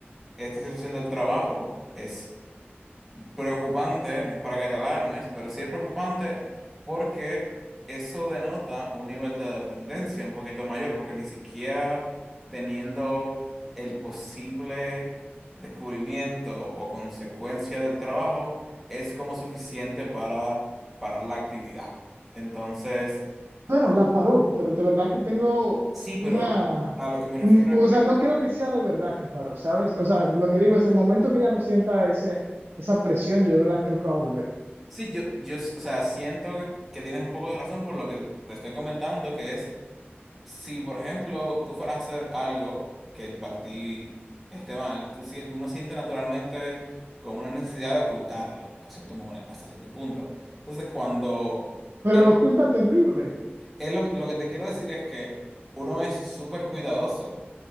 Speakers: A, in the centre; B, on the right.
A: esta situación del trabajo es preocupante, no es para que te alarmes, pero sí es preocupante porque eso denota un nivel de dependencia un poquito mayor, porque ni siquiera teniendo el posible descubrimiento o consecuencia del trabajo es como suficiente para parar la actividad. Entonces,
B: Bueno, la paró, pero de verdad que tengo
A: sí, pero
B: una...
A: a lo que me refiero
B: un- o
A: es que
B: sea, no creo que sea de verdad que paró, ¿sabes? O sea, lo que digo es, el momento que ella no sienta ese, esa presión, yo de verdad creo que va a volver.
A: sí, yo, yo, o sea, siento que, que tienes un poco de razón por lo que te estoy comentando, que es Si, por ejemplo, tú fueras a hacer algo que para ti esté mal, tú, sien- uno siente naturalmente como una necesidad de ocultarlo hasta cierto momen- hasta cierto punto. Entonces, cuando...
B: Pero
A: Es,
B: lo oculta terrible.
A: es lo, lo que te quiero decir es que uno es súper cuidadoso